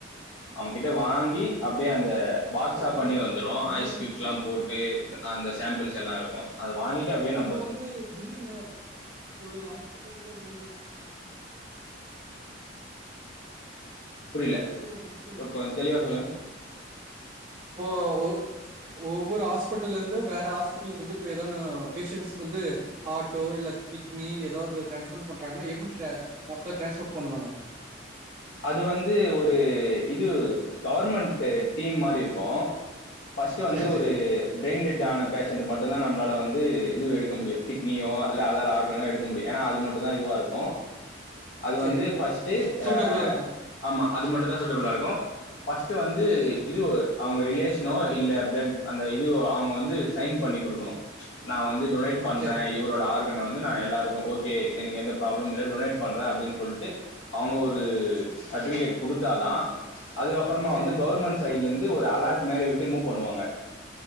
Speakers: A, on the left; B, on the right.
A: அவுங்க கிட்ட வாங்கி அப்டியே அந் இந்த பாக்ஸா
B: ஏன்னா
A: பண்ணி வந்துறோ
B: அதுமே
A: ஐஸ் க்யூப்ஸ்லா போட்டு அந்த சாம்பிள்ஸ் எல்லா இருக்கோ அத வாங்கிட்டு அப்டியே
B: இப்போ வந்து திடீர்னு ஒரு ஹாஸ்பிட்டலந்து மூணு
A: புரியல
B: <unintelligible> <unintelligible>
A: கொஞ்சம் தெளிவாக சொல்லுங்கள்
B: இப்போ ஒ ஒவ்வோரு ஹாஸ்பிட்டலந்து வேற ஹாஸ்பிட்டலுக்கு வந்து இப்ப ஏதோனு பேஷன்ண்ட்ஸ்க்கு வந்து ஹார்ட்டோ இல்ல கிட்னி எதாவது டிரான்ஸ்ப்ரண்ட் பண்றாங்கனா எப்டி மொத்த டிரரான்ஸ்போர்ட் பண்ணுவாங்க
A: அது வந்து ஒரு இது கவர்மெண்ட் இது டீம் மாரி இருக்கோ ஃபஸ்ட் வந்து
B: சரி
A: ஒரு
B: சரி
A: டேன்ஜர்டான பேஷன்ட் மட்டு தா நம் நம்பளால வந்து இதுவு எடுக்க முடியு கிட்னியோ அல்ல அதர் ஆர்கனோ எடுக்க முடியு எனா அது மட்டு தா இதுவா இருக்கோ அது
B: சரி
A: வந்து ஃபஸ்ட்டு
B: சூட்டபிளா
A: அ
B: இருக்கு
A: ஆமா அது மட்டுந் தா சூட்டபுளாயி இருக்கும் ஃபஸ்ட்டு வந்து இது அவங்க ரிலேஷனோ இல்ல பிளட் அந்த இது அவுங்க வந்து சைன் பண்ணி குடுக்குணும் நா வந்து டொனேட்
B: ஆ
A: பண்றேன்
B: சரி
A: இவரோட ஆறு வந்து நா எல்லாருக்கு ஓத் ஏ எனக் எந்த பிராபளமும் கெடயாது டொனேட் பண்றேன் அப்டின் சொல்ட்டு அவுங்க ஒரு சர்டிவிகேட் குடுத்தாதா அதுக்கப்பறமா
B: சரி
A: வந்து கவ்ர்மண்ட் சைடுல இருந்து ஒரு அலார்ட் மேரி விட்டு மூவ் பண்ணுவாங்க